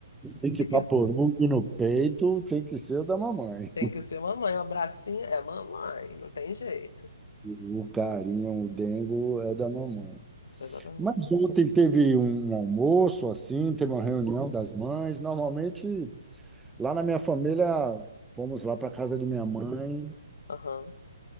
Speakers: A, in the centre; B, on the left.
A: Tem
B: Se
A: que paporugo
B: quis-
A: no peito, tem que ser o da mamãe.
B: tem que ser mamãe, um abracinho é mamãe, não tem jeito.
A: O carinho, o dengo é da mamãe.
B: Exatamente.
A: Mas ontem teve um almoço assim, teve uma reunião das mães. Normalmente, lá na minha família, fomos lá para casa de minha mãe
B: Aham.